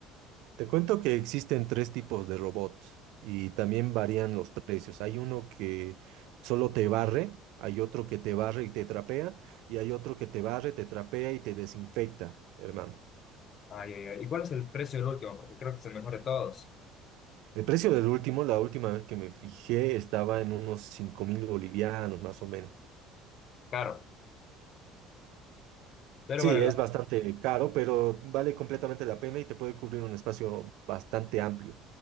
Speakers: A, on the right; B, on the left.
A: Te cuento que existen tres tipos de robots y también varían los precios. Hay uno que solo te barre, hay otro que te barre y te trapea, y hay otro que te barre, te trapea y te desinfecta, hermano.
B: Ay, ay, ay. ¿Y cuál es el precio del último? Porque creo que es el mejor de todos.
A: El precio del último, la última vez que me fijé, estaba en unos cinco mil bolivianos más o menos.
B: Claro, pero
A: Sí,
B: vale
A: es
B: la
A: bastante caro, pero vale completamente la pena y te puede cubrir un espacio bastante amplio.